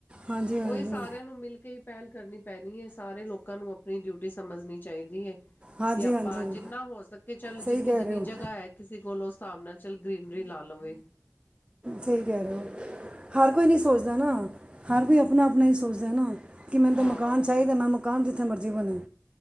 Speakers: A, on the right; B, on the left.
A: ਹਾਂਜੀ ਹਾਂਜੀ
B: ਉਹੀ ਸਾਰਿਆਂ ਨੂੰ ਮਿਲ ਕੇ ਹੀ ਪਹਿਲ ਕਰਨੀ ਪੈਣੀ ਹੈ। ਸਾਰੇ ਲੋਕਾਂ ਨੂੰ ਆਪਣੀ ਡਿਊਟੀ ਸਮਝਣੀ ਚਾਹੀਦੀ ਹੈ।
A: ਹਾਂਜੀ
B: ਕਿ ਆਪਾਂ
A: ਹਾਂਜੀ
B: ਜਿੰਨਾ ਹੋ ਸਕੇ ਚੱਲ
A: ਸਹੀ
B: ਜਿੰਨੀ
A: ਕਹਿ
B: ਜਿੰਨੀ
A: ਰਹੇ ਹੋ
B: ਜਗ੍ਹਾ ਹੈ ਕਿਸੇ ਕੋਲ ਉਸ ਹਿਸਾਬ ਨਾਲ ਚੱਲ ਗਰੀਨਰੀ ਲਾ ਲਵੇ
A: ਸਹੀ ਕਹਿ ਰਹੇ ਹੋ ਹਰ ਕੋਈ ਨਹੀਂ ਸੋਚਦਾ ਨਾ ਹਰ ਕੋਈ ਆਪਣਾ ਆਪਣਾ ਹੀ ਸੋਚਦਾ ਨਾ ਕਿ ਮੈਨੂੰ ਤਾਂ
B: ਹਾਂ
A: ਮਕਾਨ ਚਾਹੀਦਾ ਮੈਂ ਮਕਾਨ ਜਿੱਥੇ ਮਰਜ਼ੀ ਬਣ